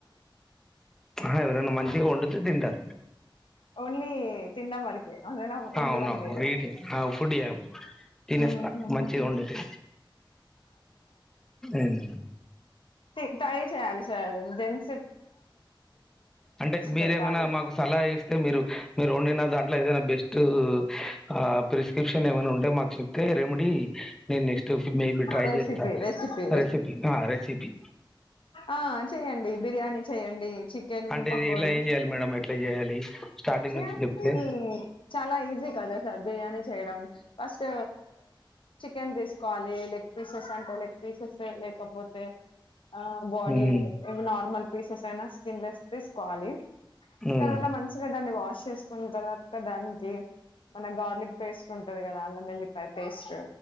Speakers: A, in the centre; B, on the left.
A: ఆహ ఎవరైనా మంచిగా వండితే తింటా
B: ఓన్లీ తినడం వరకే వండడం వండడం
A: అ అవునా
B: లేదు
A: వా ఈటింగ్ ఫుడ్ చేయం తినేస్తా
B: మ్మ్.
A: మంచిగా వండితే ఎన్
B: తె ట్రై చేయాలి సర్ దెన్
A: అంటే మీరేమైనా
B: పెట్టాలి
A: మాకు సలహా ఇస్తే మీరు మీరు వండిన దాంట్లో ఏదైనా బెస్టు ఆ ప్రిస్క్రిప్షన్ ఏమైనా ఉంటే మాకు చెప్తే రెమెడీ నేను నెక్స్ట్ మే బి ట్రై
B: రెసిపీ
A: చేస్తా
B: రెసిపీ
A: రెసిపీ అ రెసిపీ
B: ఆ చెయ్యండి బిర్యానీ చెయ్యండి చికెన్
A: అంటే
B: పకోడి
A: ఇలా ఏం చేయాలి మేడం ఎట్లా చేయాలి స్టార్టింగ్
B: బిర్యానీ
A: నుంచి చెప్తే
B: చాలా ఈజీ కదా సార్ బిర్యానీ చేయడం ఫస్ట్ చికెన్ తీసుకోవాలి లెగ్ పీసెస్ అంటే లెగ్ పీసెస్ లేకపోతే ఆ బాడీ
A: హ్మ్
B: నార్మల్ పీసెస్ అయినా స్కిన్లేస్ తీసుకోవాలి
A: హ్మ్
B: తర్వాత మంచిగ దాన్ని వాష్ చేసుకున్న తర్వాత దానికి మన గార్లిక్ పేస్ట్ ఉంటది కదా అల్లం ఎల్లిపాయ పేస్ట్